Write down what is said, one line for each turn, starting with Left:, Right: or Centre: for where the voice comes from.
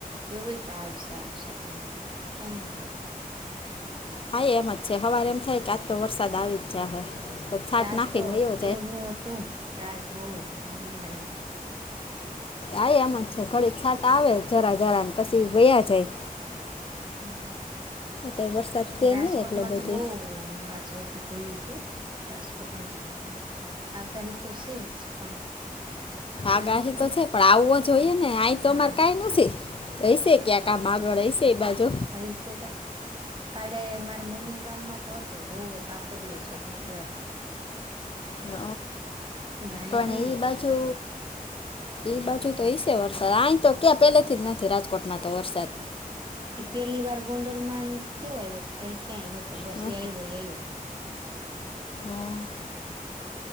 Right: એવું હોય કે આવશે આવશે પણ કઈ ના હોય.
Left: હા એ એમ જ છે હવાર એમ થાય કે આજ તો વરસાદ આવી જ જાહે. તો છાંટ
Right: ત્યા
Left: નાખીને
Right: તો
Left: વયો
Right: કેવું તું ત્યા બો પણ નો આયવો.
Left: આ એમ જ છે ઘડી છાટ આવે જરા જરા ને પછી વયા જાય.
Right: હમ
Left: કંઈ વરસાદ છે
Right: એ રાજકોટમાં
Left: નહીં એટલો બધો
Right: તો બહુ ન આજ હતો. તો જોયું તું રાજકોટમાં આગાહી. આગાહી તો શેસ પણ.
Left: આગાહી
Right: આવ્યો
Left: તો
Right: ને
Left: છે પણ આવવો જોઈએ ને આ તમારે
Right: હા
Left: કઈ નથી હયશે ક્યાં કામ આગળ હયશે એ બાજુ.
Right: અહી સેતો. કાલે મારા મમ્મીને ગામમાં તો હતો બહુ હતો આખો દિવસ હતો એને કેતા હતા.
Left: હ
Right: હતા અહીંયા
Left: પણ
Right: કઈ નતું
Left: એ બાજુ એ બાજુ તો એઈ છે, વરસાદ આહી તો ક્યાં પેલેથી જ નથી રાજકોટમાં તો વરસાદ,
Right: એ પેલી વાર ગોંડલમાંન કેવો આવ તય ક્યાંય નતો બસ
Left: હં.
Right: એ આપવો ઈ આયવો
Left: હમ